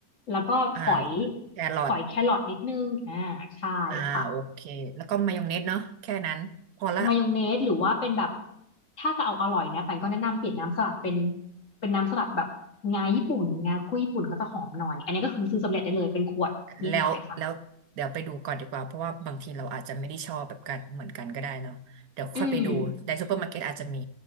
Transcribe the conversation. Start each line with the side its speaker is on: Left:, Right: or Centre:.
Left: แล้วก็ฝอย
Right: อ่าแครอท
Left: ฝอยแครอทนิดนึงอ่าใช่ค่ะ
Right: อ่าโอเคแล้วก็มายองเนสเนาะแค่นั้นพอละ
Left: มายองเนสหรือว่าเป็นแบบถ้าจะเอาอร่อยนะปันก็แนะนำเปลี่ยนน้ำสลัดเป็นเป็นน้ำสลัดแบบงาญี่ปุ่นงาคุยญี่ปุ่นก็จะหอมหน่อยอันนี้ก็คือซื้อสำเร็จได้เลยเป็นขวดมีขายค่ะ
Right: แล้วแล้วเดี๋ยวไปดูก่อนดีกว่าเพราะว่าบางทีเราอาจจะไม่ได้ชอบแบบกันเหมือนกันก็ได้เนาะเดี๋ยวค่อยไปดูในซูเปอร์มาร์เก็ตอาจจะมี
Left: อืม